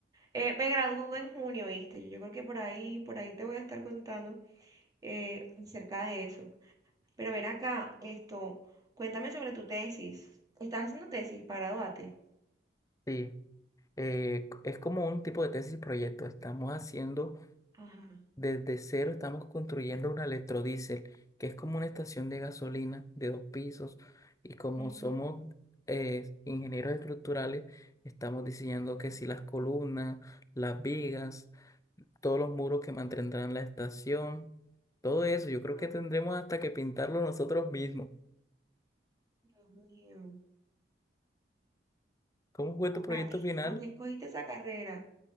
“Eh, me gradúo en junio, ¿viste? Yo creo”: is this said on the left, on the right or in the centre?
Right